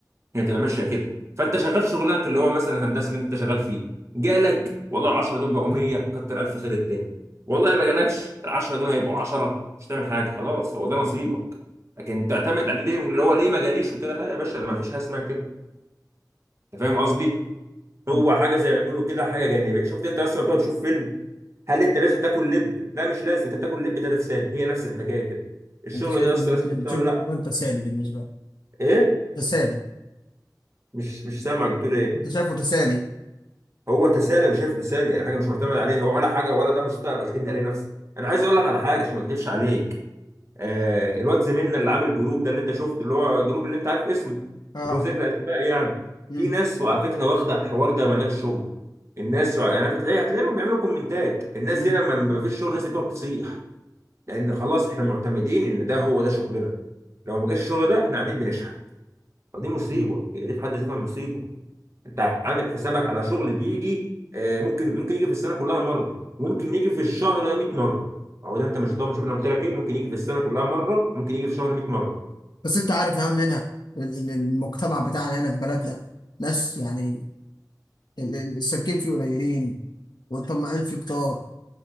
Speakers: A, on the right (about 40°); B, on the left (about 75°).
A: هي تبقى ماشيه كده فانت شغال شغلك اللي هو مثلا الهندسه اللي انت شغال فيه جالك والله ال 10 دول بقوا 100 كتر الف خير الدنيا والله ما جالكش ال 10 دول هيبقوا 10 مش هتعمل حاجه خلاص هو ده نصيبك لكن تعتمد عليه ليه اللي هو ليه ما جاليش وكده لا يا باشا ده ما فيش حاجه اسمها كده انت فاهم قصدي
B: مم.
A: هو حاجه زي ما بيقولوا كده حاجه جانبيه شفت انت اصلا بتقعد تشوف فيلم هل انت لازم تاكل لب لا مش لازم انت بتاكل لب تتسالى هي نفس الحكايه كده الشغل
B: انت شايف
A: ده اصلا
B: ان انت
A: لازم تشتغله
B: إنت شغل
A: لا
B: مهم تسالي بالنسبه لك
A: ايه
B: تسالي
A: مش مش سامعك بتقول ايه
B: انت شايفه تسالي
A: هو تسالي انا شايفه تسالي يعني حاجه مش معتمد عليها ولا حاجه ولا ده مستقبل تبني عليه نفسك انا عايز اقول لك على حاجه عشان ما اكذبش عليك آه الواد زميلنا اللي عامل جروب ده اللي انت شفته اللي هو جروب اللي انت عارف اسمه
B: اه
A: بدون ذكر اسماء يعني
B: امم
A: في ناس وعلى فكره واخده الحوار ده مجال شغل الناس يعني أنت هتلاقي هتلاقيهم بيعملوا كومنتات الناس
B: امم
A: دي لما ما فيش شغل الناس دي بتقعد تصيح لان خلاص احنا معتمدين ان ده هو ده شغلنا لو ما جاش الشغل ده احنا قاعدين بنشحت فدي مصيبه
B: مم.
A: هي دي في حد ذاتها مصيبه انت عامل حسابك على شغل بيجي آه، ممكن ممكن يجي في السنه كلها مره وممكن يجي في الشهر ده 100 مره او ده انت مش ضامن شوف انا قلت لك ايه ممكن يجي في السنه كلها مره ممكن يجي في شهر 100 مره
B: بس انت عارف يا عم هنا ال- ال- المجتمع بتاعنا هنا في بلدنا ناس يعني ال- ال- السالكين فيه قليلين والطماعين فيه كتار